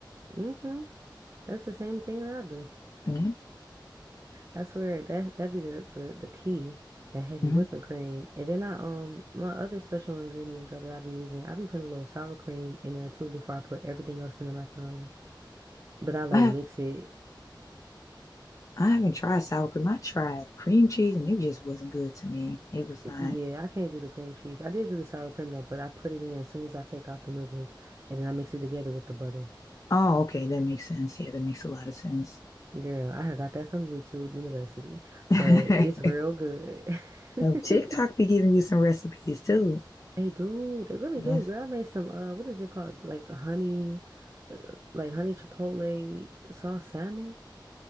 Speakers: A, on the right (about 35°); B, on the left (about 40°).
A: Mm-hmm. That's the same thing that I do.
B: Mhm.
A: I swear that that'd be the, the the key, that heavy
B: Mhm.
A: whipping cream. And then I um my other special ingredient though that I be using, I be putting a little sour cream in there too before I put everything else in the macaroni. But I like
B: I have
A: mix it.
B: I haven't tried sour cream. I tried cream cheese and it just wasn't good to me. It was
A: Yeah,
B: not.
A: I can't do the cream cheese. I did do the sour cream though, but I put it in as soon as I take out the noodles and then I mix it together with the butter.
B: Oh, okay. That makes sense. Yeah, that makes a lot of sense.
A: Girl, I had got that from YouTube University,
B: <laughs>
A: but it's real good. <laughs>
B: So TikTok be giving you some recipes too.
A: They do. They really
B: Yes.
A: do. Girl, I made some uh what is it called? Like a honey uh, like honey chipotle sauce salmon.